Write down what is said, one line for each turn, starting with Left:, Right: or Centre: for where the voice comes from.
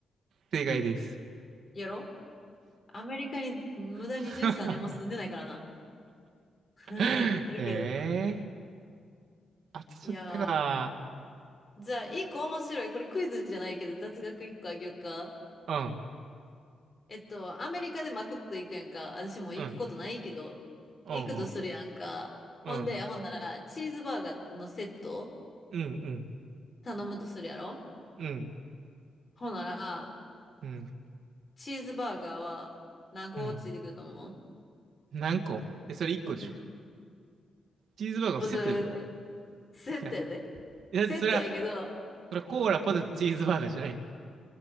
Right: 正解です。
Left: ー。やろアメリカに無駄に13年も住んでないからな。
Right: <laughs>
Left: <laughs> 言ったけど。
Right: ええー当てちゃったか。
Left: いやー。じゃあ、一個面白い。これクイズじゃないけど、雑学一個あげようか。
Right: うん、
Left: えっと、アメリカでマクド行くやんか。私も行くことないけど、
Right: うん、うん、
Left: 行くとするやんか。
Right: うん、
Left: ほんで、
Right: うん、
Left: ほんなら、チーズバーガーのセット
Right: うん、う
Left: 頼むとするやろ
Right: ん、
Left: ほなら、
Right: うん、
Left: チーズバーガーは何個ついてくると思
Right: うん。何個え、それ1個でしょ
Left: ううん。
Right: チーズバーガーのセットでしょ
Left: ブブー。セットやで。
Right: いや、だってそれは、
Left: セットやけど、
Right: それはコーラ、ポテト、チーズバーガーじゃない。